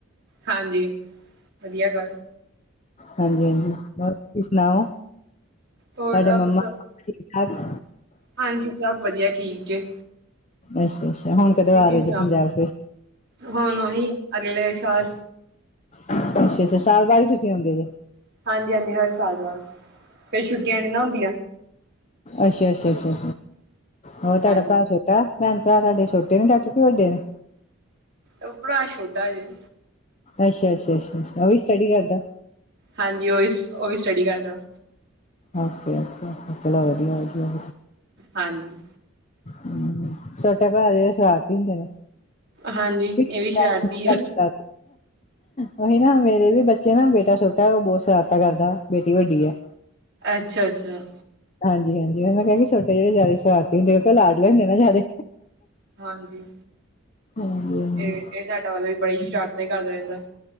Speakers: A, on the right; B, on the left.
A: ਹਾਂਜੀ ਵਧੀਆ ਗੱਲ।
B: ਹਾਂਜੀ, ਹਾਂਜੀ, ਹੋਰ ਤੁਸੀ ਸੁਣਾਓ,
A: ਹੋਰ
B: ਤੁਹਾਡੇ
A: ਆਪ
B: ਮੰਮਾ
A: ਸਭ
B: ਠੀਕ ਠਾਕ।
A: ਹਾਂਜੀ ਸਭ ਵਧੀਆ ਠੀਕ ਜੇ
B: ਅੱਛਾ ਅੱਛਾ,
A: ਤੁਸੀਂ
B: ਹੁਣ ਕਦੋਂ ਆ ਰਹੇ
A: ਸੁਣਾਓ
B: ਜੀ ਪੰਜਾਬ ਚ
A: ਹੁਣ ਉਹੀ ਅਗਲੇ ਸਾਲ।
B: ਅੱਛਾ ਅੱਛਾ, ਸਾਲ ਬਾਅਦ ਹੀ ਤੁਸੀਂ ਆਉਂਦੇ ਜੇ।
A: ਹਾਂਜੀ, ਹਾਂਜੀ, ਹਰ ਸਾਲ ਬਾਅਦ। ਫੇਰ ਛੁੱਟੀਆਂ ਨੀ ਨਾ ਹੁੰਦੀਆਂ
B: ਅੱਛਾ, ਅੱਛਾ, ਅੱਛਾ, ਹੋ ਤੁਹਾਡਾ
A: ਹਾਂਜੀ
B: ਭਰਾ ਹੋ ਭੈਣ ਭਰਾ ਤਾਡੇ ਛੋਟੇ ਨੇ ਤਾਡੇ ਕੇ ਵੱਡੇ ਨੇ?
A: ਉਹ ਭਰਾ ਛੋਟਾ ਜੀ।
B: ਅੱਛਾ, ਅੱਛਾ, ਅੱਛਾ, ਉਹ ਵੀ ਸਟੱਡੀ ਕਰਦਾ?
A: ਹਾਂਜੀ, ਉਹ ਵੀ ਸ ਉਹ ਵੀ ਸਟੱਡੀ ਕਰਦਾ।
B: ਓਕੇ ਓਕੇ, ਚਲੋ ਵਧੀਆ ਵਧੀਆ।
A: ਹਾਂਜੀ।
B: ਹਮ ਛੋਟੇ ਭਰਾ ਜ ਸ਼ਰਾਰਤੀ ਹੀ ਹੁੰਦੇ ਨੇ।
A: ਹਾਂਜੀ
B: ਕ
A: ਇਹ ਵੀ ਸ਼ਰਾਰਤੀ
B: ਕਰ
A: ਆ
B: ਉਹੀ ਨਾ ਮੇਰੇ ਵੀ ਬੱਚੇ ਨਾ ਬੇਟਾ ਛੋਟਾ, ਉਹ ਬਹੁਤ ਸ਼ਰਾਰਤਾ ਕਰਦਾ ਬੇਟੀ ਵੱਡੀ ਹੈ।
A: ਅੱਛਾ, ਅੱਛਾ।
B: ਹਾਂਜੀ, ਹਾਂਜੀ, ਉਹ ਮੈਂ ਕਿਹਾ ਕਿ ਛੋਟੇ ਜਿਹੜੇ ਜ਼ਿਆਦਾ ਸਰਾਰਤੀ ਹੁੰਦੇ, ਉਹ ਤਾਂ ਲਾਡਲੇ ਹੁੰਦੇ ਨਾ ਜ਼ਿਆਦਾ।
A: ਹਾਂਜੀ
B: ਹਾਂਜੀ-ਹਾਂਜੀ
A: ਇਹ ਇਹ ਸਾਡਾ ਵੱਲ ਵੀ ਬੜੀ ਸ਼ਰਾਰਤ ਕਰਦਾ ਰਹਿੰਦਾ।